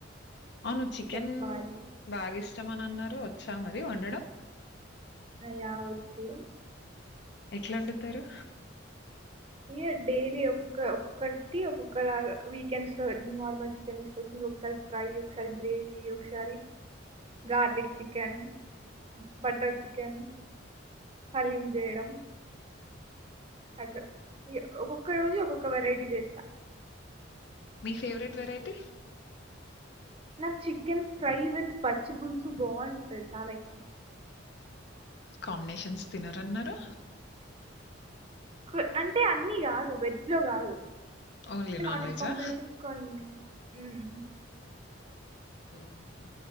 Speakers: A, on the left; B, on the right.
A: అవును చికెన్
B: చెప్పాలి
A: బాగా ఇష్ ఇష్టమని అన్నారు వచ్చా మరి వండడం
B: అయ్యా వచ్చు
A: ఎట్లొండుతారు
B: ఓగ డైలీ ఒక్కొక్క ఒక్కొక్కటి ఒక్కొక్కలాగా వీకెండ్స్ లో నార్మల్ చికెన్ తీసుకొ <inaudible> ఒకసారి ఫ్రై ఒకసారి గ్రేవి ఒకసారి garlic chicken butter chicken haleem చేేయడం అట్ల ఒక్కొక్క రోజు ఒక్కొక్క వెరైటీ చేస్తా
A: మీ ఫేవరెట్ వెరైటీ
B: నాకు చికెన్ ఫ్రై విత్ పచ్చి పులుసు బావుటాయి చాలా ఇష్టం
A: కాంబినేషన్స్ తినరన్నారు
B: కు అంటే అన్నీ కాదు వెజ్ లో కాదు
A: ఓన్లీ
B: నాన్ వెజ్
A: వెజా
B: కాంబినేషన్స్ కొన్ని ఉమ్
A: ఊహూ